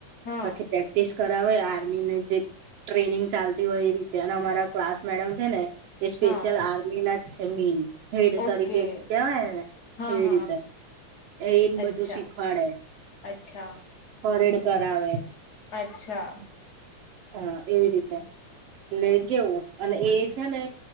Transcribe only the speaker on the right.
પછી પેક. પ્રેક્ટિસ કરાવે આર્મી ને જે ટ્રેનિંગ ચાલતી હોય એ રીતે અને અમારા ક્લાસ મેડમ છે ને એ સ્પેશલ
આર્મીન છે મૈન. હેડ તરીકે
કેવાયને એને
એવી
રીતે. એ બધું
શીખવાડે,
પરેડ કરાવે.
હા, એવી રીતે. ને કેવું અને એ છે ને,